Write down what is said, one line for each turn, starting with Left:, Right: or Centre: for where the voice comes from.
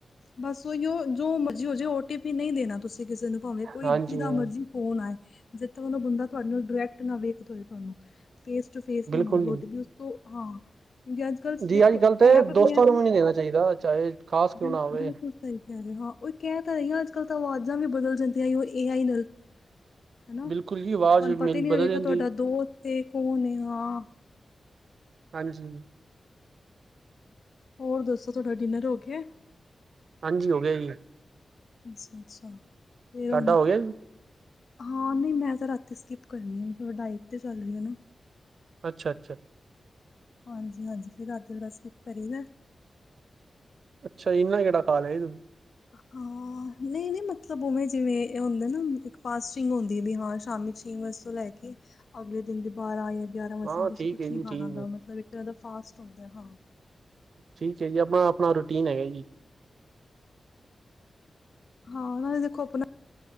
Left: ਬਸ ਓਈਓ ਜੋ ਮਰਜ਼ੀ ਹੋਜੇ ਓਟੀ ਪੀ ਨਈ ਦੇਣਾ ਤੁਸੀਂ ਕਿਸੇ ਨੂੰ, ਭਾਵੇਂ ਕੋਈ
Right: ਹਾਂਜੀ
Left: ਜਿਦਾ
Right: ਹਾਂ
Left: ਮਰਜ਼ੀ ਫੋਨ ਆਏ, ਜਿਥੋ ਔ ਨਾ ਬੰਦਾ ਤੁਹਾਡੇ ਨਾਲ ਡਾਇਰੈਕਟ ਨਾ ਵੇਖਦੇ ਹੋਏ ਤੁਹਾਨੂੰ। ਫੇਸ ਟੂ ਫੇਸ
Right: ਬਿਲਕੁਲ
Left: ਨਾ ਮੰਗੇ
Right: ਜੀ
Left: ਓਟੀਪੀ ਉਸ ਤੋਂ, ਹਾਂ। ਅੱਜ ਕੱਲ੍ਹ
Right: ਜੀ
Left: ਦੇਖੋ
Right: ਅੱਜ ਕੱਲ ਤੇ
Left: ਐਪ
Right: ਦੋਸਤਾਂ
Left: ਐ
Right: ਨੂੰ ਵੀ ਨੀ ਦੇਣਾ ਚਾਈਦਾ, ਚਾਹੇ ਖ਼ਾਸ ਕਿਉਂ
Left: ਬਿਲ
Right: ਨਾ ਹੋਵੇ
Left: ਬਿਲਕੁੱਲ ਸਈ ਕੈ ਰੇ ਓ, ਹਾਂ ਓਹੀ ਕੈ ਤਾਂ ਰਹੀ ਆ ਅੱਜ ਕੱਲ੍ਹ ਤਾਂ ਆਵਾਜ਼ਾਂ ਵੀ ਬਦਲ ਜਾਂਦੀਆਂ ਓ ਏ ਆਈ ਨਾਲ। ਹੈਨਾ
Right: ਬਿਲਕੁਲ ਜੀ ਆਵਾਜ਼
Left: ਤੁਹਾਨੂੰ ਪਤਾ
Right: ਮੇਰੀ
Left: ਹੀ ਨੀ
Right: ਬਦਲ
Left: ਲੱਗੇਗਾ,
Right: ਜਾਂਦੀ
Left: ਤੁਹਾਡਾ ਦੋਸਤ ਏ ਕੋਨ ਏ ਹਾਂ।
Right: ਹਾਂਜੀ।
Left: ਹੋਰ ਦੱਸੋ ਤੁਹਾਡਾ ਡਿਨਰ ਹੋ ਗਿਆ ਐ।
Right: ਹਾਂਜੀ ਹੋ ਗਿਆ ਜੀ।
Left: ਅੱਛਾ-ਅੱਛਾ ਫੇਰ
Right: ਤੁਹਾਡਾ
Left: ਹੁਣ
Right: ਹੋ ਗਿਆ ਜੀ
Left: ਹਾਂ ਨਹੀਂ ਮੈਂ ਤਾਂ ਰਾਤੀ ਸਕਿਪ ਕਰਨੀ ਆ, ਥੋੜਾ ਡਾਇਟ ਤੇ ਚੱਲ ਰਹੀ ਆਂ ਨਾ
Right: ਅੱਛਾ ਅੱਛਾ
Left: ਹਾਂਜੀ ਹਾਂਜੀ ਫਿਰ ਰਾਤੀ ਦਾ ਸਕਿੱਪ ਕਰੀ ਦਾ ਐ
Right: ਅੱਛਾ ਇੰਨਾ ਕਿਹੜਾ ਖਾ ਲਿਆ ਹੈ ਤਸੀਂ
Left: ਹਾਂ ਨਹੀਂ ਨਹੀਂ ਮਤਲਬ ਉਵੇਂ ਜਿਵੇਂ ਇਹ ਹੁੰਦੇ ਨਾ, ਇੱਕ ਫਾਸਟਿੰਗ ਹੁੰਦੀ ਵੀ ਹਾਂ ਸ਼ਾਮ ਚ ਛੇ ਵਜੇ ਤੋਂ ਲੈ ਕੇ ਅਗਲੇ ਦਿਨ ਦੇ ਬਾਰਾਂ ਜਾਂ ਗਿਆਰਾਂ ਵਜੇ
Right: ਹਾਂ
Left: ਤਕ ਤੁਸੀਂ
Right: ਠੀਕ
Left: ਕੁਛ
Right: ਹੈ
Left: ਨੀ
Right: ਜੀ
Left: ਖਾਣਾ
Right: ਠੀਕ
Left: ਹੁੰਦਾ
Right: ਹੈ
Left: ਮਤਲਬ ਇੱਕ ਤਰ੍ਹਾਂ ਦਾ ਫਾਸਟ ਹੁੰਦਾ ਹੈ ਹਾਂ
Right: ਠੀਕ ਹੈ ਜੀ ਆਪਣਾ ਆਪਣਾ ਰੂਟੀਨ ਹੈਗਾ ਜੀ
Left: ਹਾਂ ਨਾਲੇ ਦੇਖੋ ਆਪਣਾ